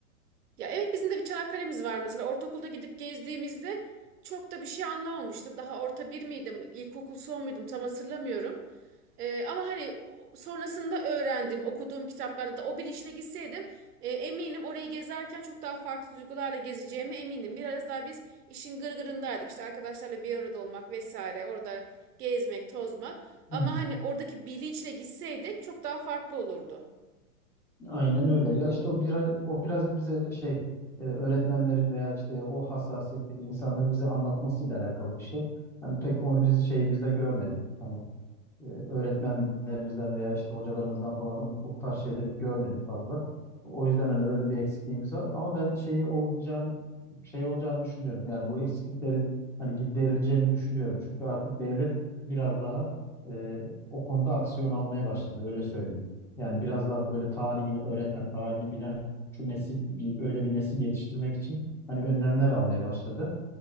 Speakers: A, on the right; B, in the centre.
A: Ya evet bizim de bir Çanakkale'miz var mesela. Ortaokulda gidip gezdiğimizde çok da bir şey anlamamıştım. Daha orta bir miydim, ilkokul son muydum tam hatırlamıyorum. Ee, ama hani sonrasında öğrendim, okuduğum kitaplarda da o bilinçle gitseydim e, eminim orayı gezerken çok daha farklı duygularla gezeceğime eminim. Biraz daha biz işin gırgırındaydık. İşte arkadaşlarla bir arada olmak vesaire, orada gezmek, tozmak. Ama
B: Aynen.
A: hani oradaki bilinçle gitseydik çok daha farklı olurdu.
B: Aynen öyle. Ya işte o biraz o biraz bize şey e, öğretmenlerin veya işte o hassasiyetteki insanların bize anlatmasıyla alakalı bir şey. Hani pek onu biz şeyimizde görmedik. Hani e, öğretmenlerimizden veya işte hocalarımızdan falan o, o tarz şeyleri görmedik fazla. O yüzden hani öyle bir eksikliğimiz var. Ama ben şeyi olacağını şey olacağını düşünüyorum. Yani bu eksikliklerin hani giderileceğini düşünüyorum. Çünkü artık devlet biraz daha e, o konuda aksiyon almaya başladı. Öyle söyleyeyim. Yani biraz daha böyle tarihini öğreten, tarihini bilen şu nesil bir öyle bir nesil yetiştirmek için hani önlemler almaya başladı